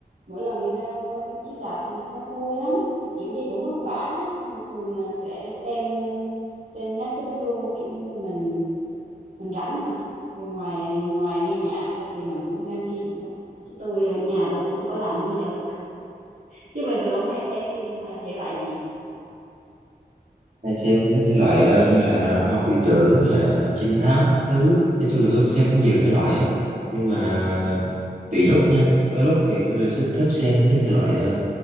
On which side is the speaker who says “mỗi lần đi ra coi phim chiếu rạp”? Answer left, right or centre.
Right